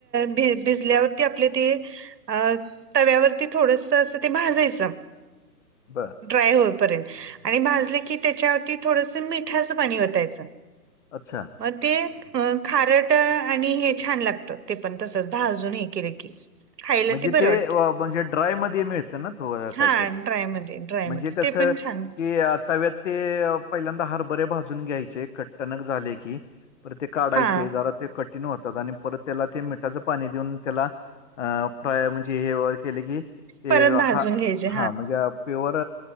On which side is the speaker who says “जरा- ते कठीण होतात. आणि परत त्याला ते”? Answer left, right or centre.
Left